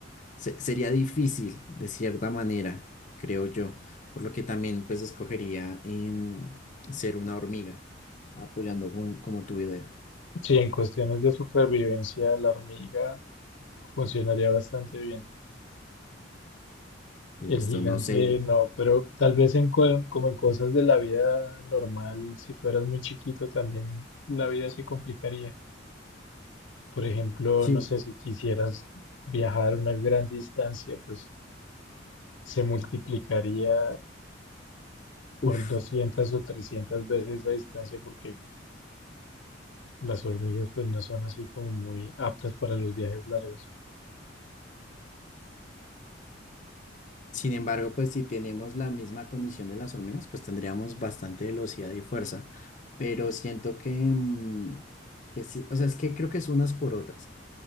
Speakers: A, on the left; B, on the left.
A: se- sería difícil, de cierta manera, creo yo, por lo que también pues escogería em, ser una hormiga, apoyando con- como tu idea.
B: Sí, en cuestiones de supervivencia, la hormiga funcionaría bastante bien.
A: Listo,
B: El gigante
A: no sé.
B: no, pero tal vez en, co- como en cosas de la vida normal, si fueras muy chiquito también la vida se complicaría. Por ejemplo,
A: Sí,
B: no sé, si quisieras viajar una gran distancia, pues se multiplicaría por
A: uff.
B: 200 o 300 veces la distancia porque las hormigas pues no son así como muy aptas para los viajes largos.
A: Sin embargo, pues si tenemos la misma condición de las hormigas, pues tendríamos bastante velocidad y fuerza, pero siento que, mm, que sí, o sea, es que creo que es unas por otras,